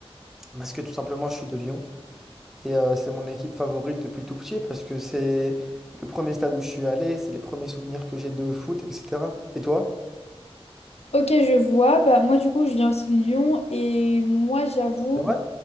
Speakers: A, in the centre; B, on the left.
A: parce que tout simplement, je suis de Lyon. Et euh, c'est mon équipe favorite depuis tout petit parce que c'est le premier stade où je suis allé, c'est les premiers souvenirs que j'ai de foot, etc. Et toi?
B: Ok, je vois. Bah, moi, du coup, je viens aussi de Lyon et moi, j'avoue,
A: C'est vrai?